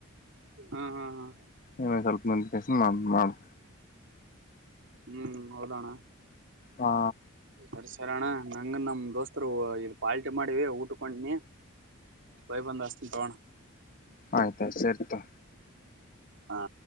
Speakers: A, on the right; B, on the left.
A: ಹ್ಮ ಹಾ ಹಾ
B: ಇನ್ನೊಂದ್ ಸ್ವಲ್ಪ ಮಂದ ಕೆಸ ನಾನ್ ಮಾಡು.
A: ಹ್ಮ್ ಹೌದಣ್ಣ.
B: ಹಾ
A: ಸರಿ ಸರ ಅಣ್ಣ ನಂಗ ನಮ್ ದೋಸ್ತರು ಇ ಪಾಲ್ಟಿ ಮಾಡಿವ ಊಟಕ್ ಹೋಂಟನಿ. ಬೈ ಬಂದ್ ಹಚ್ತೀನಿ ತಗೊಣ.
B: ಆಯ್ತಾ ಸರಿತೊ.
A: ಹಾ